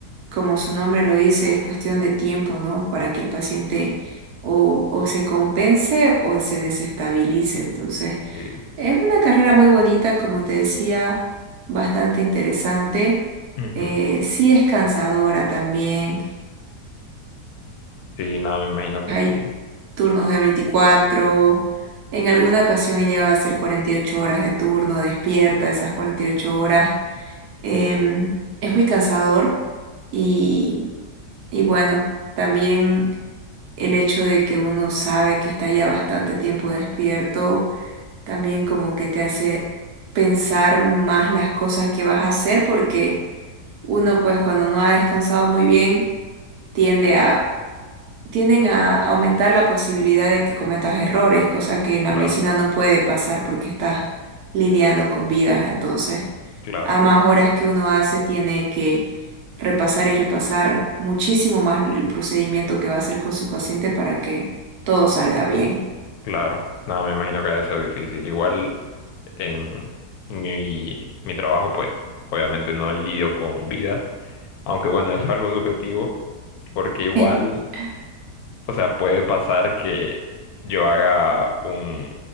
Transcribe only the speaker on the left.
Sí.
Ujú.
Sí, no, me imagino que
sí.
Claro,
claro.
Claro, nada, me imagino que ha de ser difícil. Igual en, en mi, mi trabajo, pues obviamente no lidio con vidas, aunque bueno, eso es algo subjetivo, porque igual,
o sea, puede pasar que yo haga un,